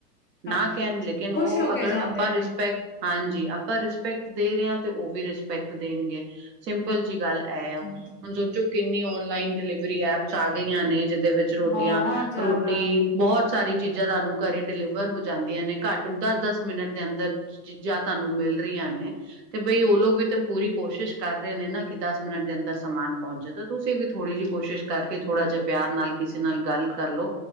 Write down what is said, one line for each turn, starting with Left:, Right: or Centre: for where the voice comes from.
Left: ਹਾਂਜੀ
Right: ਨਾ ਕੈਣ ਲੇਕਿਨ
Left: ਖੁਸ਼
Right: ਉਹ
Left: ਹੋ ਕੇ
Right: ਅਗਰ
Left: ਜਾਂਦੇ
Right: ਆਪਾਂ
Left: ਨੇ।
Right: ਰਿਸਪੈਕਟ ਹਾਂਜੀ ਆਪਾਂ ਰਿਸਪੈਕਟ ਦੇ ਰਹੇ ਹਾਂ ਤੇ ਉਹ ਵੀ ਰਿਸਪੈਕਟ ਦੇਣਗੇ ਸਿੰਪਲ ਜੀ ਗੱਲ ਏਆ
Left: ਹੂੰ,
Right: ਹੁਣ ਸੋਚੋ ਕਿੰਨੀ ਔਨਲਾਈਨ ਡਿਲੀਵਰੀ ਐਪਸ ਆ ਗਈਆਂ ਨੇ ਜਿਦੇ ਵਿੱਚ ਚ ਰੋਟੀਆਂ
Left: ਬਹੁਤ ਜ਼ਿਆਦਾ
Right: ਰੋਟੀ ਬਹੁਤ ਸਾਰੀ ਚੀਜ਼ਾਂ ਤੁਹਾਨੂੰ ਘਰੇ ਡਿਲੀਵਰ ਹੋ ਜਾਂਦੀਆਂ ਨੇ ਘੱਟ ਦਸ ਦਸ ਮਿੰਟ ਦੇ ਅੰਦਰ ਚੀਜ਼ਾਂ ਤੁਹਾਨੂੰ ਮਿਲ ਰਹੀਆਂ ਨੇ ਤੇ ਬਈ ਉਹ ਲੋਗ ਵੀ ਤਾਂ ਪੂਰੀ ਕੋਸ਼ਿਸ਼ ਕਰ ਰਹੇ ਨੇ ਨਾ ਕਿ ਦਸ ਮਿੰਟ ਦੇ ਅੰਦਰ ਸਮਾਨ ਪਹੁੰਚ ਜਾਏ ਤਾਂ ਤੁਸੀਂ ਵੀ ਥੋੜੀ ਜਿਹੀ ਕੋਸ਼ਿਸ਼ ਕਰਕੇ ਥੋੜਾ ਜਿਹਾ ਪਿਆਰ ਨਾਲ ਕਿਸੇ ਨਾਲ ਗੱਲ ਕਰਲੋ